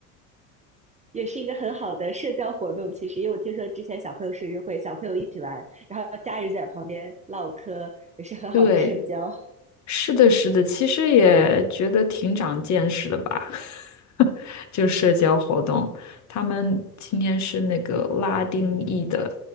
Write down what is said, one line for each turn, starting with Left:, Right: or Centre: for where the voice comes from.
Right: 也是一个很好的社交活动。其实，因为我听说之前小朋友生日会，小朋友一起玩，然后家人在旁边唠嗑，也是很好的社交。
Left: 对。是的，是的，其实也觉得挺长见识的吧，<laughs> 就社交活动。他们今天是那个拉丁裔的